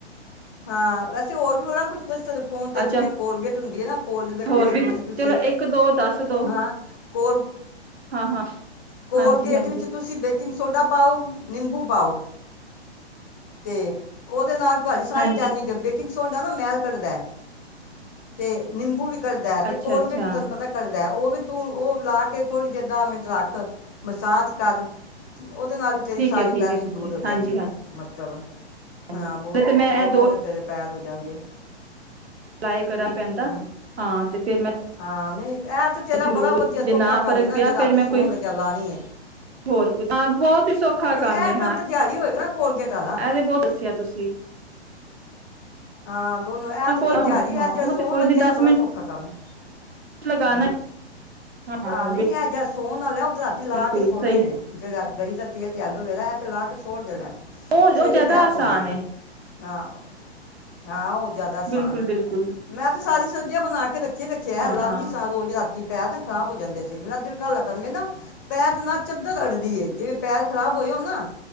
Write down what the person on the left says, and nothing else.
ਹਾਂ ਵੈਸੇ ਹੋਰ ਵੀ ਬੜਾ ਕੁਛ ਦੱਸ ਫੋਨ ਤੇ
ਜਿਵੇਂ ਕੋਲਗੇਟ ਹੁੰਦੀ ਹੈ ਨਾ ਕੋਲਗੇਟ ਦੇ
ਕੇੇਡ
ਵਿੱਚ ਤੁਸੀਂ
ਹੈਾਂ ਕੋਲ
ਕੋਲਗੇਟ
ਵਿੱਚ ਤੁਸੀਂ ਬੇਕਿੰਗ ਸੋਡਾ ਨਿੰਬੂ ਪਾਓ, ਤੇ ਉਹਦੇ ਨਾਲ ਤੁਹਾਡੀ ਸਾਰੀ
ਟੈਨਿਕ, ਬੇਕਿੰਗ ਸੋਡਾ ਨਾ ਮਹਿਲ ਕੱਢਦਾ ਹੈ। ਤੇ ਨਿੰਬੂ ਵੀ ਘੱਡਦਾ ਹੈ, ਤੇ
ਕੋਲਗੇਟ
ਵੀ ਤੁਹਾਨੂੰ ਪਤਾ ਘੱਡਦਾ ਹੈ, ਉਹ ਵੀ ਤੂੰ ਉਹ ਲਾ ਕੇ ਥੋੜ੍ਹੀ ਦੇਰ, ਦਸ ਮਿੰਟ ਰੱਖ, ਮਸਾਜ ਕਰ। ਉਹਦੇ ਨਾਲ ਹੀ
ਤੇਰੀ ਸਾਰੀ
ਪੈਨਿਕ
ਦੂਰ
ਹੋ
ਜਾਏਗੀ,
ਮਤ ਤਬ <unintelligible>
ਹਾਂ ਬਹੁਤ
ਬਹੁਤ
ਸੋਹਣੇ ਤੇਰੇ ਪੈਰ ਹੋ ਜਾਣਗੇ।
ਹਮ,
ਹਾਂ ਨਹੀਂ ਇਹ ਤੇ ਤੇਰਾ
ਬੜਾ ਵਧੀਆ
ਸੌਖਾ ਕੰਮ
ਹੈ ਨਾ,
ਜੇ ਰਾਤੀ
ਸੌਣ
ਲੱਗਿਆ ਲਉਣੀ ਹੈ।
ਨਹੀਂ
ਇਹ
ਤੇ ਦਿਹਾੜੀ ਹੋਏਗਾ ਨਾ ਕੋਲਗੇਟ ਵਾਲਾ
ਹਾਂ ਦੋਨੋ ਇਹ
ਤੇ
ਚਲ ਦਿਹਾੜੀ
ਇਹ
ਜਿਹਾ ਸੋਹਣ
ਲੱਗਿਆ
ਬੜਾ
ਸੌਖਾ ਕੰਮ ਐ,
ਆਹ
ਨਹੀਂ ਇਹ ਜਿਹਾ ਫੋਨ ਨਾ ਲੈਆਓ ਰਾਤੀ ਲਾ
ਕੇ ਸੋਣਾ
ਹੀ ਏ ਜਿਹੜਾ ਗਰੀ ਦਾ ਤੇਲ ਤੇ ਅਲੋਵੀਰਾ ਹੈ, ਐ ਤੇ ਲਾ ਕੇ ਸੁਤੇ। ਛੋੜ ਦੇਣਾ,
ਸਵੇਰੇ
ਪੈਰ
ਧੋਣੇ ਨੇ।
ਆਹ ਹਾਂ ਔ ਜ਼ਿਆਦਾ ਆਸਾਨ
ਏ,
ਮੈਂ ਤੇ ਸਾਰੀ ਸਰਦੀਆਂ ਬਣਾ ਕੇ ਰੱਖੀ ਰੱਖਿਆ,
ਲਾਦੀ
ਸਾਂ ਰੋਜ਼ ਰਾਤੀ, ਪੈ ਖ਼ਰਾਬ ਹੋ ਜਾਂਦੇ ਸੀ, ਮੇਰਾ ਦਿਲ ਕਾਹਲਾ ਪੈਨੰਦਾ, ਮੇਰੇ ਨਾ ਪੈਰ ਨਾ ਚੱਦਰ ਅੜਦੀ ਏ, ਜਿਵੇਂ ਪੈਰ ਖ਼ਰਾਬ ਹੋਏ ਹੋਣ ਨਾ।